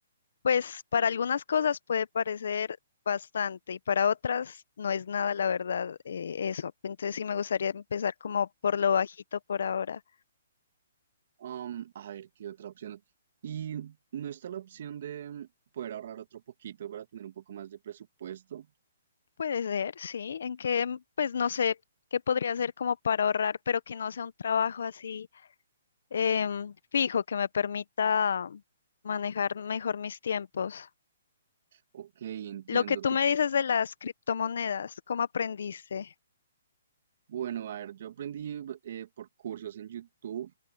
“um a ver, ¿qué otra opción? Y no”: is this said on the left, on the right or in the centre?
Right